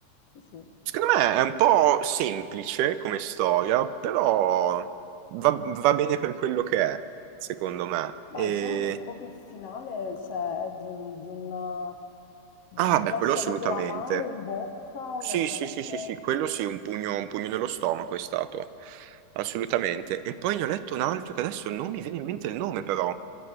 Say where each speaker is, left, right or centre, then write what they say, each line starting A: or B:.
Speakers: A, on the left (about 60°); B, on the right (about 90°).
A: sì, sì.
B: secondo me è un po' semplice come storia, però va, va bene per quello che è, secondo me.
A: Ma
B: E...
A: diciamo che proprio il finale, cioè, è di un, di una- di-
B: Ah,
A: ti
B: beh,
A: lascia
B: quello assolutamente.
A: proprio l'amaro in bocca,
B: Sì,
A: veramente.
B: sì, sì, sì, sì, quello sì, un pugno, un pugno nello stomaco è stato, assolutamente. E poi ne ho letto un altro che adesso non mi viene in mente il nome, però.